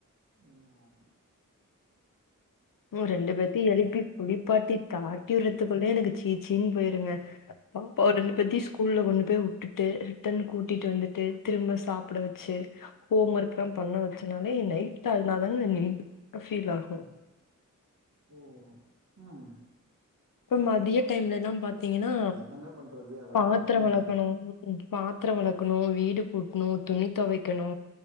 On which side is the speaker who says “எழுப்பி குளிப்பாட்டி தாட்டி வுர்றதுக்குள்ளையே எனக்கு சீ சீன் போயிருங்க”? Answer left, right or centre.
Left